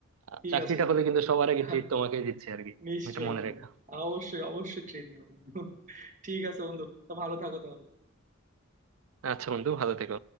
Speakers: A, on the right; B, on the right.
A: আহ,
B: ঠিক
A: চাকরিটা
B: আছে বন্ধু
A: হলে কিন্তু সবার আগে
B: <laughs>
A: ট্রিট তোমাকে দিচ্ছি আর কি
B: নিশ্চয়ই
A: এটা মনে
B: বন্ধু
A: রেখো
B: অবশ্যই অবশ্যই ট্রেন নিবো বন্ধু <laughs> ঠিক আছে বন্ধু তো ভালো থাকো তাহলে
A: আচ্ছা বন্ধু ভালো থেকো